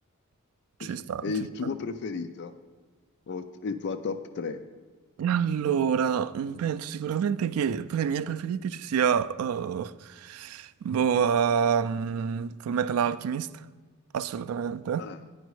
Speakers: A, on the right (about 80°); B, on the left (about 50°).
A: Ci
B: <laughs>
A: sta,
B: È il
A: ci sta.
B: tuo preferito? O t- il tuo top 3?
A: Allora, mm, penso sicuramente che tra i miei preferiti ci sia eh, boh, ehm, Full Metal Alchemist, assolutamente.
B: Ah,